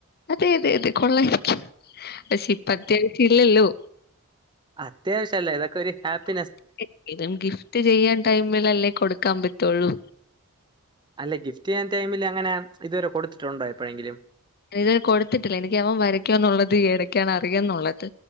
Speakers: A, on the left; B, on the right.
A: അതെ, അതെ അതെ കൊള്ളായിരിക്കും, പക്ഷേ ഇപ്പത്യാവശ്യം ഇല്ലല്ലോ.
B: അത്യാവശ്യം അല്ലേ, ഇതൊക്കെ ഒരു ഹാപ്പ്
A: <unintelligible> ങ്കിലും ഗിഫ്റ്റ് ചെയ്യാൻ ടൈമിലല്ലേ കൊടുക്കാൻ പറ്റുള്ളൂ.
B: അല്ല, ഗിഫ്റ്റ് ചെയ്യാൻ ടൈമിൽ അങ്ങനെ ഇതുവരെ കൊടുത്തിട്ടോണ്ടോ എപ്പഴങ്കിലും
A: ഞാൻ ഇതു വരെ കൊടുത്തിട്ടില്ല എനിക്ക് അവൻ വരയ്ക്കോ എന്നുള്ളത് ഈ ഇടയ്ക്കാണ് അറിയാം എന്നുള്ളത്,